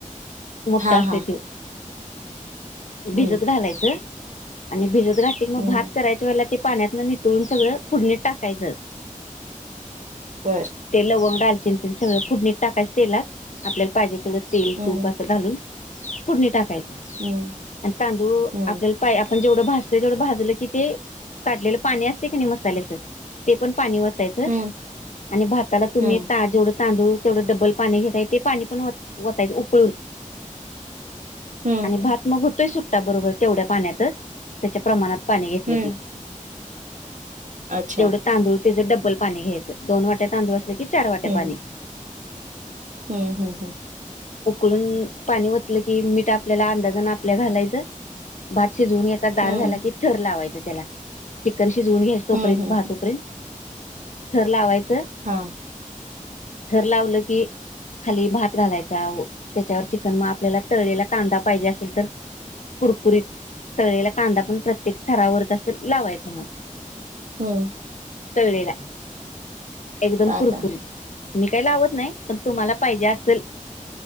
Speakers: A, on the left; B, on the right.
A: मोठठा
B: हा
A: असतोय
B: हा
A: त्यो
B: हम्म
A: भिजत घालायचं आणि भिजत घातलं कि मग
B: हम्म
A: भात करायच्या वेळेला ते पाण्यातनं नितळून सगळं फोडणीत टाकायचं.
B: बर
A: ते लवंग डालचिन ते सगळं फोडणीत टाकायच तेलात आपल्याला पाहिजे. तेवढं तेल
B: हम्म
A: तूप असं घालून फूडणीत टाकायचं.
B: हम्म
A: आणि तांदूळ
B: हम्म
A: आपल्याला पाय पण जेवढं भाजतंय तेवढं भाजलं की, ते काढलेलं पाणी असते की नाही मसाल्याचं ते पण पाणी वा द्यायचं
B: हम्म
A: आणि भाताला तुम्ही
B: हम्म
A: ताजेवढं तांदूळ तेवढं डब्बल पाणी घेताय ते पाणी पण ओतायचं उकळून
B: हम्म
A: आणि भात मग होतोय सुट्टा बरोबर तेवढ्या पाण्यातच, त्याच्या प्रमाणात पाणी घेतलं
B: हम्म
A: की.
B: अच्छा
A: जेवढं तांदूळ त्याचं डब्बल पाणी घ्यायचं. दोन वाट्या तांदूळ असलं की चार वाट्या
B: हम्म
A: पाणी
B: हम्म हम्म हम्म.
A: उकळून पाणी वतलं की मीठ आपल्याला अंदाजान आपल्या घालायचं. भात शिजवून घ्यायचा गार
B: हम्म
A: झाला की थर लावायचा त्याला तर शिजवून घ्यायच तोपर्यंत
B: हं, हं,
A: भात हुपर्यंत. थर लावायचं
B: हा.
A: थर लावलं की खाली भात घालायचा, त्याच्यावर चिकन, मग आपल्याला तळलेला कांदा पाहिजे असेल तर कुरकुरीत, तळलेला कांदा पण प्रत्येक थरावर तस लावायच मग.
B: हम्म.
A: तळलेला. एकदम
B: अच्छा.
A: कुरकुरीत. मी काय लावत नाही. पण तुम्हाला पाहिजे असल